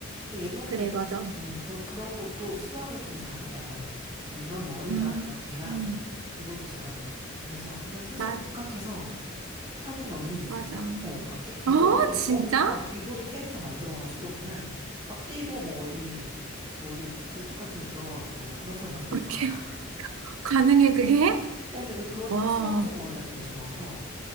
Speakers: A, on the right; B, on the right.
A: 근데 예전에
B: 그래, 맞아.
A: 음, 그, 그런 것도 수학을 좀 잘해야 이- 이런 머리가
B: 음,
A: 가 돼야
B: 음,
A: 그것도 잘하더라고. 그래서 그냥 스스로
B: 맞,
A: 독학해서 하는 언니도 있었어.
B: 맞아.
A: 어, 막 개, 개구리,
B: 어, 진짜?
A: 어, 어, 개구리 캐릭터 만들어가지고 그냥 막 뛰고 뭐 어디 뭐 어디 굴뚝 같은 데 들어가고 그런 걸 만든
B: 어떻게, <laughs>
A: 거야. <laughs>
B: 가능해, 그게?
A: 어, 근데 그, 그 언니는
B: 와,
A: 수학적 머리가 되게 좋아서